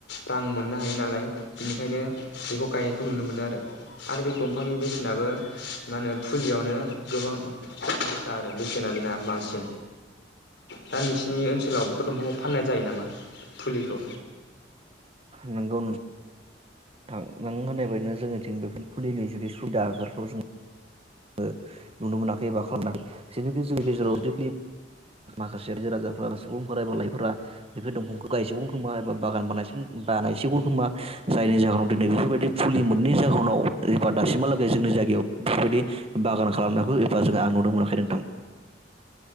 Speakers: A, on the left; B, on the right.
A: रां मोननो हायो नालाय बिनिखायनो बेखौ गायनायखौ नुनो मोनो आरो आरो बे दंफांनि बेसेनाबो मा होनो फुलियावनो गोबां दाम गोसा आरो बेसेना बेना बांसिन दा नोंसिनि ओनसोलाव बे दंफाङाव फाननाय जायो नामा फुलिखौ
B: नंगौ नों थां नों होननाय बायदिनो जोंनि थिं बेफोर फुलिनाय जुदि सुबिदा बेफोरखौ जों आङो नुनो मोनाखै एबा खालामाखै जिहेखि जोंनि गेजेराव
A: औ
B: ज <unintelligible> रायजो राजाफोरा सुबुंफोरा एबा लाइफोरा बेफोर दंफांखौ गायजोबगोन खोमा गय बागान बानायसिम बानायसिगोन खोमा जायनि जाहोनाव दिनै बेफोरबायदि फुलि मोननि जाहोनाव एबा दासिमहालागै जोंनि जायगायाव बेफोरबायदि बागान खालामनाय एबा जो आं नुनो मोनाखै नोंथां। <inaudible>